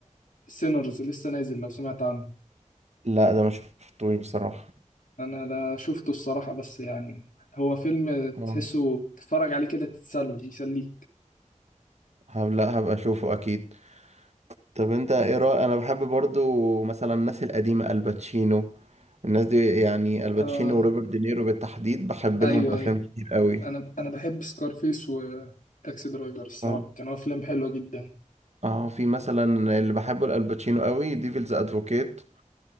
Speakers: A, on the left; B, on the right.
A: سينرز لسه نازل لو سمعت عنه
B: لا ده ما شفتوش بصراحة
A: انا لا شفته الصراحة بس يعني هو فيلم
B: آه.
A: تحسه تتفرج عليه كده تتسلى يسليك
B: هب... لا هبقى اشوفه اكيد طب انت ايه رأي انا بحب برضو مثلا الناس القديمة الباتشينو الناس دي يعني الباتشينو
A: آه
B: وروبرت دينيرو بالتحديد بحب
A: ايوه
B: لهم افلام
A: ايوه
B: كتير قوي
A: انا انا بحب سكارفيس وتاكسي درايفر الصراحة
B: اه
A: كانوا افلام حلوة جدا
B: اه في مثلا اللي بحبه الالباتشينو قوي ديفلز ادفوكيت